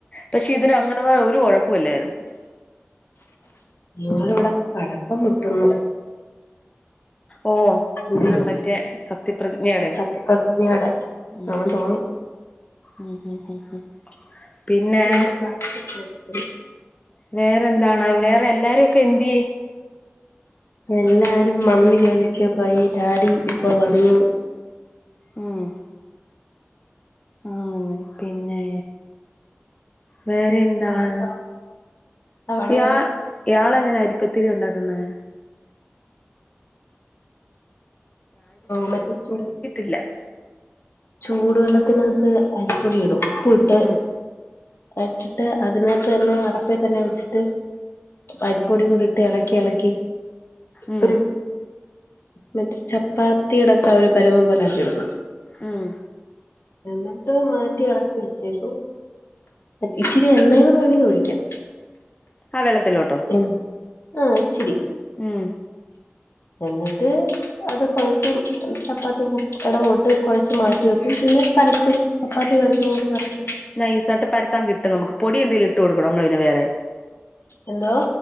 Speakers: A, on the left; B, on the left.
A: പക്ഷെ ഇതിന് അങ്ങനെതായ ഒരു കൊഴപ്പവുവില്ലായിരുന്നു
B: ഞങ്ങടെവിടെ പടക്കം പൊട്ടുന്നു
A: ഓ
B: ഉം
A: ഇന്ന് മറ്റേ സത്യപ്രതിജ്ഞേടെ
B: സത്യപ്രതിജ്ഞയുടെ
A: ഉം
B: ആണെന്ന്
A: ഉം
B: തോന്നുന്നു
A: ഉം ഉം ഉം ഉം പിന്നെ
B: അതിന്റെ പടക്കം പൊട്ടുന്നു
A: വേറെന്താണ് വേറെ എല്ലാരൊക്കെ എന്തേ
B: എല്ലാരും മമ്മി ജോലിക്കുപോയി ഡാഡി ഇപ്പോവന്നു
A: ഉം ആ വന്നു പിന്നെ വേറെയെൻ ന്താണ്
B: അവിടെയോ അവിടെയോ
A: ഇയാ ഇയാളെങ്ങനെ അരിപ്പത്തിരി ഒണ്ടാക്കുന്നെ
B: മറ്റെ ചൂ
A: ഇല്ല
B: ചൂടുവെള്ളത്തിനാത്ത് അരിപ്പൊടി ഇടും ഉപ്പിട്ട്
A: ഉം
B: ഇട്ടിട്ട് അതിനാത്തുതന്നെ അടപ്പേതന്നെ വെച്ചിട്ട് അരിപ്പൊടിയും കൂടിയിട്ട് എളക്കി എളക്കി
A: ഉം
B: ഒരു മറ്റേചപ്പാത്തിടൊക്കെ ഒരു പരുവം പോലെയാക്കിയെടുക്കും
A: ഉം
B: എന്നിട്ടു മാറ്റി എളക്കി വെച്ചേക്കും ഇച്ചിരി എണ്ണയും കൂടെ വേണമെങ്കി ഒഴിക്കാം
A: ആ വെള്ളത്തിലോട്ടോ
B: ഉം ആ ഇച്ചിരി
A: ഉം
B: എന്നിട്ട് അത് കൊഴച്ച് ചപ്പാത്തിടങ്ങൊട്ട് കൊഴച്ച് മാറ്റിവെക്കും പിന്നെ പരത്തും ചപ്പാത്തി പരത്തുന്നതുപോലെ പരത്തും
A: നൈസായിട്ട് പരത്താൻ കിട്ടും നമക്ക് പൊടിയെന്തേലും ഇട്ടുകൊടുക്കണോ നമ്മളുപിന്നെ വേറെ
B: എന്തോ